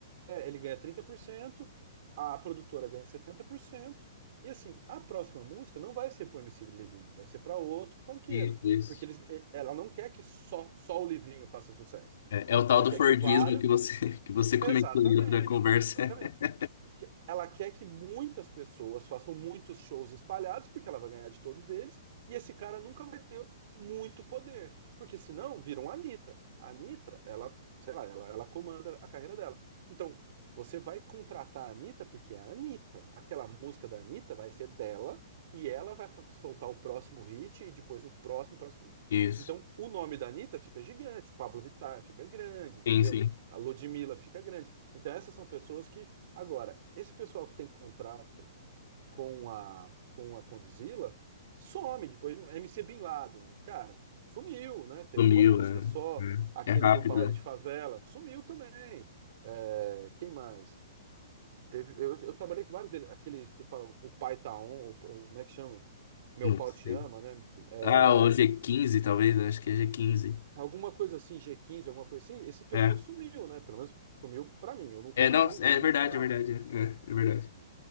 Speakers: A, on the right; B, on the left.
A: é, ele ganha 30%, a produtora ganha 70% e assim, a próxima música não vai ser pro MC Livinho, vai ser para outro funkeiro,
B: Isso, isso.
A: porque eles, e- ela não quer que só, só o Livinho faça sucesso.
B: É, é o tal
A: Ela
B: do
A: quer
B: Fordismo
A: que vários.
B: que você, <laughs> que você comentou
A: Exatamente,
B: aí outra conversa.
A: exatamente
B: <laughs>
A: que- ela quer que muitas pessoas façam muitos shows espalhados, porque ela vai ganhar de todos eles, e esse cara nunca vai ter muito poder, porque senão viram a Anitta. A Anitta, ela, sei lá, ela, ela comanda a carreira dela. Então, você vai contratar a Anitta porque é a Anitta. Aquela música da Anitta vai ser dela, e ela vai soltar o próximo hit, e depois o próximo, próximo.
B: Isso.
A: Então, o nome da Anitta fica gigante, Pablo Vittar fica grande, entendeu?
B: Sim, sim.
A: A Ludmilla fica grande. Então, essas são pessoas que Agora, esse pessoal que tem contrato com a, com a Condzilla some depois. MC Bin Laden, cara, sumiu, né? Teve
B: Sumiu,
A: uma música
B: é,
A: só, aquele
B: é é rápido.
A: do baile
B: é.
A: de favela, sumiu também. É, quem mais? Teve, eu, eu trabalhei com vários deles, aquele que fala o pai tá on, ou, ou como é que chama? Meu
B: Não
A: pau
B: sei.
A: te ama, né? É,
B: Ah, o g quinze talvez, acho que é g quinze
A: alguma coisa assim, G15, alguma coisa assim. Esse pessoal
B: É.
A: sumiu, né? Pelo menos sumiu pra mim, eu nunca
B: É,
A: mais
B: não,
A: ouvi
B: é verdade,
A: falar.
B: é verdade. É, é é verdade.